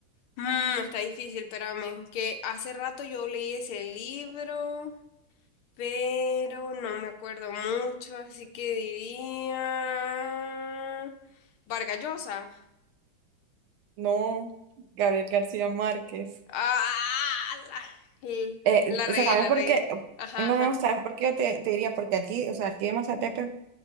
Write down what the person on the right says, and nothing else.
No, Gabriel García Márquez.
Eh,
¿sabes
por
qué?
No,
no, ¿sabes por qué yo te, te diría? Porque aquí, o sea, aquí en Mazatepe,